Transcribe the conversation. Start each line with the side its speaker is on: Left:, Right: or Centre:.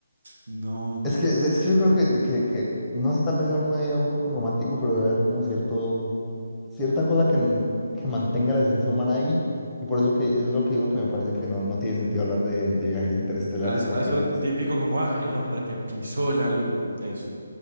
Right: No.
Centre: Es que, es que yo creo que, que, que, no sé, tal vez sea una idea un poco romántico, pero debe haber como cierto, cierta cosa que, n- que mantenga la esencia humana ahí. Y por eso que es lo que digo que me parece que no, no tiene sentido hablar de, de viajes interestelares,
Right: Haz-
Centre: porque
Right: haz Eso
Centre: se- se-
Right: típico como, ah, el hombre que pisó la luna. Eso.